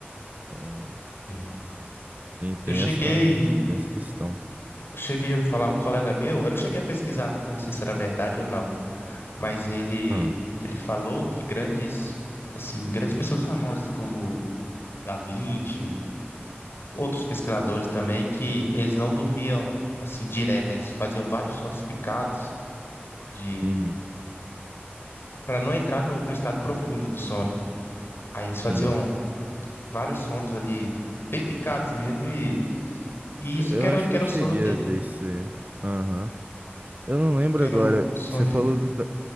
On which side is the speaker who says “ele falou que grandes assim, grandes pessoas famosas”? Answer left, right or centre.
Left